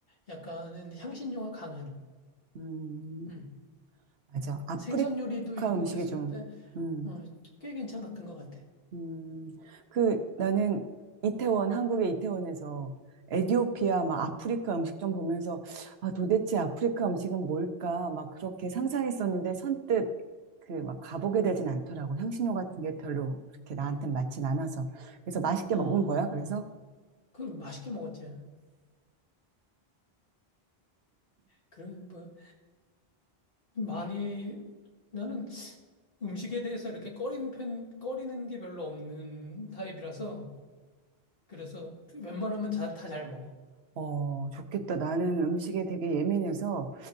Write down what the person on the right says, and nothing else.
음.
맞아. 아프리카
음식이
좀, 음.
음, 그 나는 이태원, 한국의 이태원에서 에디오피아, 막 아프리카 음식 좀 보면서 아, 도대체 아프리카 음식은 뭘까? 막 그렇게 상상했었는데 선뜻 그 막 가보게 되진 않더라고. 향신료 같은 게 별로 그렇게 나한테 맞진 않아서. 그래서 맛있게
먹은 거야, 그래서?
어, 좋겠다. 나는 음식에 되게 예민해서